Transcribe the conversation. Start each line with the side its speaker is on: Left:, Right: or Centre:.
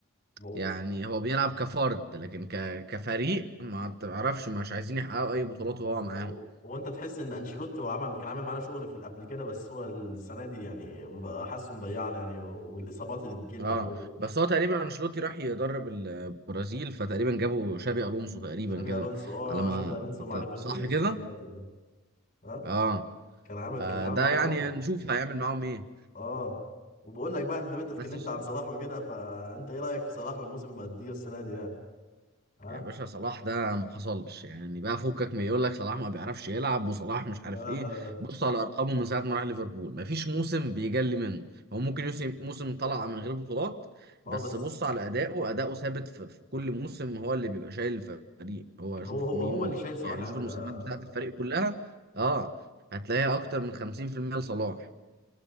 Left: ما هو
Right: يعني هو بيلعب كفرد لكن ك... كفريق ما تعرفش مش عايزين يحققوا اي بطولات وهو
Left: هو
Right: معاهم
Left: هو انت تحس ان انشيلوتي هو عمل كان عامل معانا شغل في قبل كده بس هو السنة دي يعني مض- حاسه مضيعنا يعني والاصابات اللي بتجيلنا
Right: اه
Left: برضه
Right: بس هو تقريبا انشيلوتي راح يدرب البرازيل فتقريبا جابوا شابي الونسو تقريبا
Left: شابي
Right: كده
Left: الونسو اه
Right: على ما
Left: شابي الونسو
Right: أعتقد.
Left: مع ليفركوزن
Right: صح
Left: السنة
Right: كده
Left: اللي فاتت ده ها
Right: اه
Left: كان عامل
Right: آه،
Left: كان عامل
Right: ده
Left: معاهم
Right: يعني
Left: شغل
Right: نشوف هيعمل معاهم ايه
Left: اه وبقول لك بقى انت انت اتكلمت
Right: بس شوف
Left: عن صلاح وكده فانت ايه رايك في صلاح والموسم اللي مأديه السنه دي يعني ها
Right: يا باشا صلاح ده ما حصلش يعني بقى فكك من يقول لك صلاح ما بيعرفش يلعب وصلاح مش
Left: لا
Right: عارف ايه
Left: لا لا
Right: بص على ارقامه من ساعه ما راح ليفربول ما فيش موسم بيجلي منه هو ممكن يوسم موسم طلع من غير بطولات
Left: اه
Right: بس
Left: بس
Right: بص على اداؤه اداؤه ثابت في, في كل موسم هو اللي بيبقى شايل الفريق هو
Left: هو
Right: شوف
Left: هو
Right: مين
Left: هو اللي شايل صلاح
Right: يعني
Left: يعني
Right: شوف المساهمات
Left: ده
Right: بتاعه الفريق كلها اه هتلاقيها اكتر من 50% لصلاح